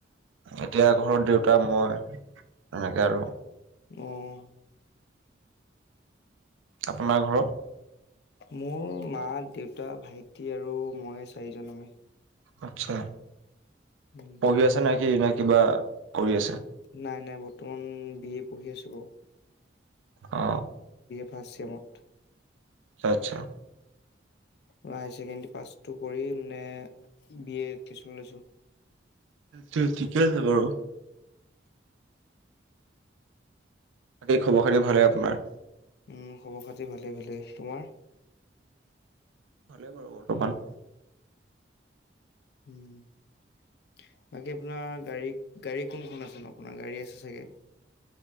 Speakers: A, on the right; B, on the left.
A: এতিয়া ঘৰত দেউতা মই তেনেকে আৰু
B: উম
A: আপোনাৰ ঘৰত
B: মোৰ মা দেউতা ভাইটি আৰু মই চাৰিজন আমি
A: আচ্ছা
B: উম।
A: পঢ়ি আছে নে কি নে কিবা কৰি আছে
B: নাই নাই বৰ্তমান বি এ পঢ়ি আছোঁ বাৰু
A: অ
B: ফাৰ্চ চেমত
A: আচ্ছা
B: মই হায়াৰ ছেকেণ্ডী পাছটো কৰি মানে বি এ এডমিচন লৈছো
A: টো ঠিকে আছে বাৰু তাকেই খবৰ খাতি ভালে আপোনাৰ
B: উ খবৰ খাতি ভালে ভালে তোমাৰ
A: ভাল বাৰু বৰ্তমান
B: বাকী আপোনাৰ গাড়ী গাড়ী কোনখন আছে আপোনাৰ গাড়ী আছে চাগে